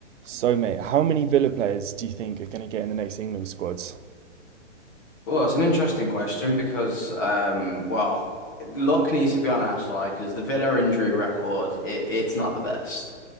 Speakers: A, on the right; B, on the left.
A: So, mate, how many Villa players do you think are going to get in the next England squads?
B: Well, it's an interesting question because, um, well, luck needs to be on our side because the Villa injury record, it, it's not the best.